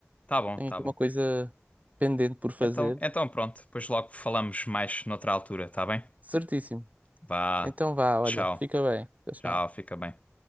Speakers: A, on the left; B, on the right.
A: Tá bom,
B: tenho
A: tá
B: aqui
A: bom.
B: uma coisa pendente por fazer.
A: Então, então pronto, depois logo falamos mais noutra altura, tá bem?
B: Certíssimo.
A: Vá,
B: Então vá, olha,
A: tchau,
B: fica bem. Tchau,
A: tchau,
B: tchau.
A: fica bem.